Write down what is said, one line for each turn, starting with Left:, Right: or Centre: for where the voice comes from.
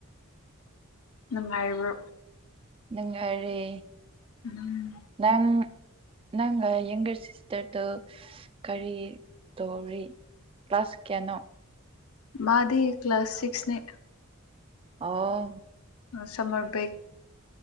Left: ꯅꯨꯡꯉꯥꯏꯕ꯭ꯔꯣ
Right: ꯪ ꯑꯔꯤ
Left: ꯎꯝ
Right: ꯅꯪ ꯅꯪꯒ ꯌꯦꯡꯒꯔ ꯁꯤꯁꯇꯔꯗ ꯀꯔꯤ ꯇꯧꯔꯤ ꯀ꯭ꯂ꯭ꯂꯥꯁ ꯀꯩꯅꯣ
Left: ꯃꯥꯗꯤ ꯀ꯭ꯂꯥꯁ ꯁꯤꯛꯁꯅꯤ
Right: ꯑ
Left: ꯁꯝꯃꯔ ꯕ꯭ꯔꯦꯛ